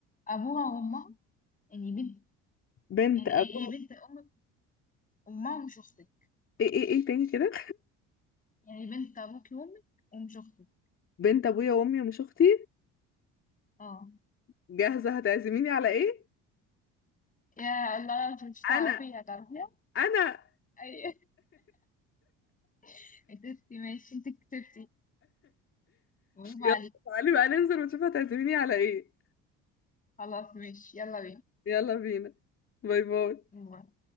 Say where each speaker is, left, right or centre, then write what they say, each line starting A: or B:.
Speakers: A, on the left; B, on the left.
A: ابوها وامها يعني بنت
B: بنت
A: يعني
B: ابو
A: هي بنت امك امها ومش اختك
B: ايه ايه ايه تاني كده
A: يعني بنت ابوك وامك ومش اختك
B: بنت ابويا وامي ومش اختي
A: اه
B: جاهزه هتعزميني على ايه
A: يا الله مش مش تعرفيها
B: انا
A: تعرفيها
B: انا <laughs>
A: اي <laughs> كتبتي ماشي انت كتبتي برافو عليك
B: يلا تعالي بقى ننزل ونشوف هتعزميني على ايه
A: خلاص ماشي يلا
B: يلا بينا باي باي
A: بينا